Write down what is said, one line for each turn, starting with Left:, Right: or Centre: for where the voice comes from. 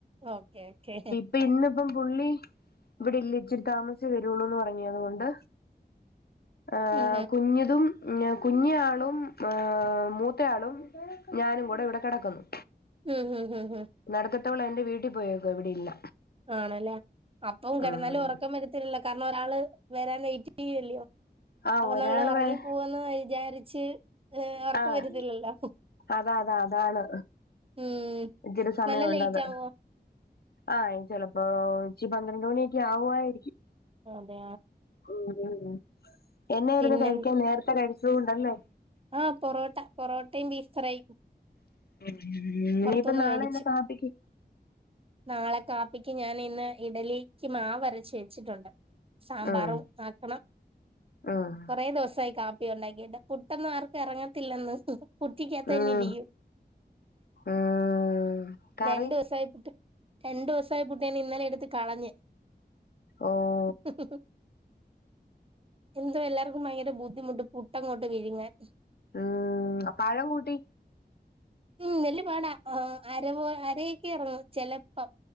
Right: ഓക്കേ ഓക്കേ
Left: ഇപ്പം ഇന്നിപ്പം പുള്ളി ഇവിടെ ഇല്ല ഇച്ചിരി താമസി ച്ചേ വെരുവൊളളുന്ന് പറഞ്ഞു അതുകൊണ്ട് ഏഹ്
Right: ഉം
Left: കുഞ്ഞിതും കുഞ്ഞി ആളും ഏഹ് മൂത്തെയാളും ഞാനും കൂടെ ഇവിടെ കിടക്കുന്നു
Right: ഉം ഉം ഉം
Left: നട്ക്കത്തവള് എന്റെ വീട്ടിൽ പോയേക്ക ഇവിടെ ഇല്ല
Right: ആണല്ലേ അപ്പം കിടന്നാലും
Left: ഉം
Right: ഉറക്കം വരത്തില്ലല്ലോ കാരണം ഒരാള് വരാൻ വെറ്റ് ചെയ്യല്ലയോ
Left: ആഹ്
Right: അപ്പൊ
Left: ഒരാള്
Right: നമ്മൾ ഉറങ്ങി
Left: വരാ
Right: പോവന്ന് വിചാരിച്ച് ഏഹ് ഒർക്കം
Left: ആഹ്
Right: വരത്തില്ലല്ലോ
Left: അതാ അതാ അതാണ്
Right: ഉം
Left: ഇച്ചെരി സമയം
Right: നല്ല
Left: ഉണ്ടത്
Right: ലേറ്റ് ആവോ
Left: ആഹ് ചെലപ്പോ ഉച്ചി പന്ത്രണ്ട് മണിയൊക്കെ ആവുആയിരിക്കും
Right: അതെ
Left: ഉം ഉം എന്നെയിര്ന്നു
Right: പിന്നെ
Left: കഴിക്കാൻ നേരത്തെ കഴിച്ചത് കൊണ്ടല്ലേ
Right: ആഹ് പൊറോട്ട പൊറോട്ടയും ബീഫ് ഫ്രൈയും
Left: ഉം ഇനീയിപ്പം
Right: പൊറത്തുന്ന്
Left: നാളെ
Right: മേടിച്ചു
Left: എന്നാ കാപ്പിക്ക്
Right: നാളെ കാപ്പിക്ക് ഞാൻ ഇന്ന് ഇഡലിക്ക് മാവ് അരച്ച് വെച്ചിട്ടുണ്ട് സാമ്പാറും
Left: ഉം
Right: ആക്കണം
Left: ഉം
Right: കൊറേ ദിവസായി കാപ്പി ഉണ്ടാക്കിട്ട് പുട്ടൊന്നും ആർക്കും ഇറങ്ങത്തില്ലെന്ന് കുറ്റിക്കാത്തെ
Left: ഉം
Right: നിധിയും
Left: ഉം കറി
Right: രണ്ടൂസായി പുട്ട് രണ്ടു ദിവസായി പുട്ട് ഞാൻ ഇന്നലെ എടുത്ത് കളഞ്ഞ്
Left: ഓഹ്
Right: <inaudible> എന്തോ എല്ലാർക്കും ഭയങ്കര ബുദ്ധിമുട്ട് പുട്ടങ്ങോട്ട് വിഴുങ്ങാൻ
Left: ഉം പഴം കൂട്ടി
Right: ഉം വല്ല്യ പാടാ ആ അര പോ അരയൊക്കെ ഇറങ്ങു ചിലപ്പം